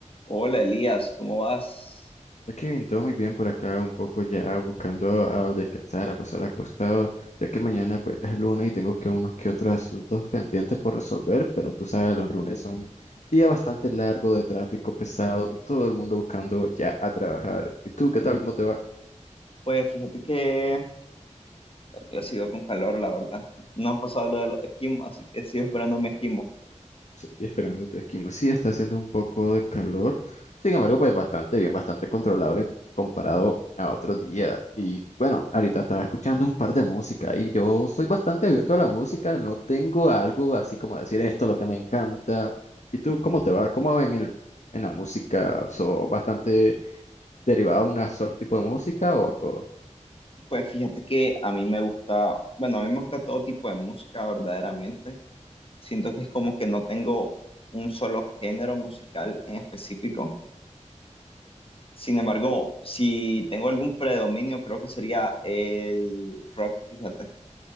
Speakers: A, on the left; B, on the left.
A: Hola Elías, ¿cómo vas?
B: Ya que bien, todo muy bien por acá, un poco ya buscando a descansar, a pasar acostado, ya que mañana pues es lunes y tengo que unos que otros asuntos pendientes por resolver, pero tú sabes, los lunes son un día bastante largo de tráfico pesado, todo el mundo buscando ya a trabajar. ¿Y tú qué tal? ¿Cómo te va?
A: Pues fíjate que bueno, yo sigo con calor, la verdad. No han pasado lo de los esquimos, así que sigo esperando mi esquimo.
B: Sí, esperando tu esquema. Sí, está haciendo un poco de calor. Sin embargo, pues bastante bien, bastante controlable comparado a otro día. Y bueno, ahorita estaba escuchando un par de música y yo soy bastante abierto a la música. No tengo algo así como decir esto, es lo que me encanta. ¿Y tú cómo te va? ¿Cómo va en el, en la música? ¿So bastante derivado a un solo tipo de música o a todo?
A: Pues fíjate que a mí me gusta, bueno, a mí me gusta todo tipo de música, verdaderamente. Siento que es como que no tengo un solo género musical en específico. Sin embargo, si tengo algún predominio, creo que sería el rock, fíjate.